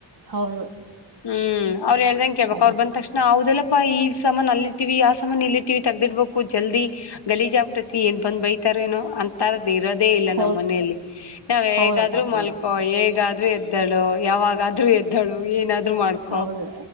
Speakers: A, on the right; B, on the left.
A: ಹೌದು
B: ಹು ಅವರ ಹೇಳ್ದಂ ಕೇಳ್ಬೇಕ
A: ಅದೇ
B: ಅವರ ಬಂದ ತಕ್ಷಣ ಹದೆಲ್ಲಪ್ಪಾ ಈ ಈ ಸಮಾನ ಅಲ್ಲಿಟ್ಟಿವಿ ಆ ಸಮಾನ ಇಲ್ಲಿಟ್ಟಿವಿ ತೆಗ್ದಿಡ್ಬೇಕು ಜಲ್ದಿ. ಗಲೀಜ ಆಬಿಟ್ಟೈತಿ ಏನು ಬಂದು ಬೈತಾರೇನೋ ಅಂಥಾದ ಇರೋದೇ ಇಲ್ಲಾ
A: ಹೌದ್
B: ನಮ್ಮ ಮನೆಯಲ್ಲಿ. ನಾವ
A: ಹೌದಕ್ಕ
B: ಹೇಗಾದ್ರು
A: ಹೌದಕ್ಕ
B: ಮಲ್ಕೊ ಹೇಗಾದ್ರು ಎದ್ದಳು. ಯಾವಾಗ ಆದ್ರೂ ಎದ್ದಳು ಏನಾದ್ರು ಮಾಡ್ಕೊ
A: ಹೌದು